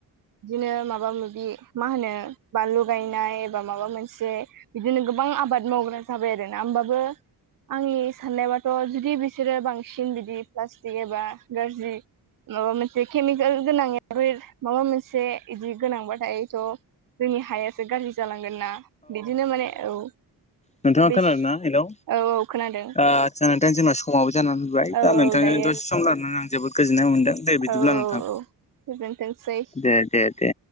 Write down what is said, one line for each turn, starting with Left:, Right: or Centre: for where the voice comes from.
Right: बिदिनो माबा माबि मा होनो बा लगायनाय एबा माबा मोनसे। बिदिनो गोबां आबाद मावग्रा जाबाय आरो ना होमबाबो। आंनि साननायबाथ' जुदि बिसोरो बांसिन बिदि प्लास्टिक एबा। गाज्रि माबा मोनसे केमिकेल गोनांफोर माबा मोनसे। से इदि गोनांबाथायथ' जोंनि हायासो गाज्रि जालांगोन ना बिदिनो माने औ
Left: नोंथाङा
Right: बेस
Left: खोनादों ना हेलौ
Right: औ औ खोनादों।
Left: आदसा जोंना दा जेनबा समाबो जानानै फैबाय
Right: औ
Left: दा नोंथांजों
Right: औ दायो
Left: दसे सम लानानै आं जोबोद गोजोननाय मोनदों। दे बिदिब्ला
Right: औ औ
Left: नोंथां
Right: औ गोजोनथोंसै
Left: दे दे दे।